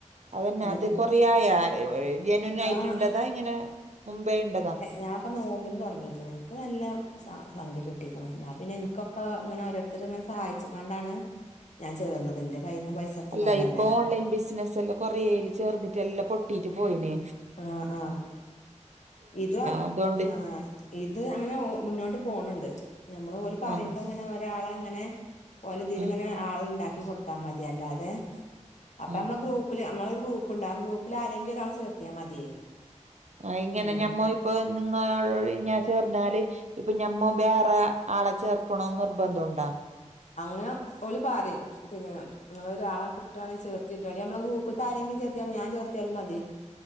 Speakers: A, on the right; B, on the left.
A: അതന്നെ
B: എന്നിട്ട്
A: അത് കൊറെ ആയാ. ജെനുവൻ ആയിട്ട്
B: ആഹ്
A: ഇണ്ടതാ ഇങ്ങനെ മുമ്പേ ഇണ്ടതോ.
B: ഞാപ്പം നോമ്പിന് തൊടങ്ങീക്ക്ണ്. ഇൻക്ക് നല്ല സംഖ്യ കിട്ടീക്ക്ണ് ഞാൻ പിന്നെ ഇൻക്കൊ ക്കാ ഇങ്ങനെ ഓരോരുത്തര്ങ്ങനെ സഹായിച്ച്ക്കാണ്ടാണ് ഞാൻ ചേർന്നത്. ഇന്റെ കയ്ന്ന് പൈസ ഇട്ത്ത്ക്കാണ്ടല്ല
A: അല്ല ഇപ്പ ഓൺലൈൻ ബിസിനസ്സ് എല്ലും കൊറേ യില് ചേർന്നിട്ട് എല്ലം പൊട്ടീട്ട് പോയിണ്.
B: ആഹ് ആഹ് ഇതു ആഹ്
A: അതുകൊണ്ട്
B: ആഹ് ഇത് അങ്ങനെ ഓ മുന്നോട്ട് പോണ് ണ്ട്. നമ്മള് ഓല് പറിമ്പങ്ങനെ
A: പോന്നു
B: ഒരാളങ്ങനെ ഓലതിലിങ്ങനെ
A: ആഹ്
B: ആള്ണ്ടാക്കി കൊടുത്താ മതി. അല്ലാതെ അപ്പൊ
A: ആഹ്
B: നമ്മളെ ഗ്രൂപ്പില് നമ്മളൊരു ഗ്രൂപ്പുണ്ട് ആ ഗ്രൂപ്പിൽ ആരെങ്കിലൊരാൾ ചേർത്തിയാ മതിയേ.
A: ആ ഇങ്ങനെ
B: അങ്ങനെ
A: ഞമ്മ ഇപ്പൊ നിങ്ങ ഞാൻ ചേർന്നാല് ഇപ്പൊ ഞമ്മ ബേറെ ആളെ ചേർക്കണോ ന്ന് നിർബന്ധ ഉണ്ടോ?
B: അങ്ങനെ ഓല് പറിം. പിന്നെ ഇങ്ങളൊരാള കിട്ടാണെ ചേർത്തിട്ടാളീ. നമ്മളെ ഗ്രൂപ്ത്തെ ആരെങ്കി ചേർത്ത്യാ ഞാൻ ചേർത്ത്യാലും മതി.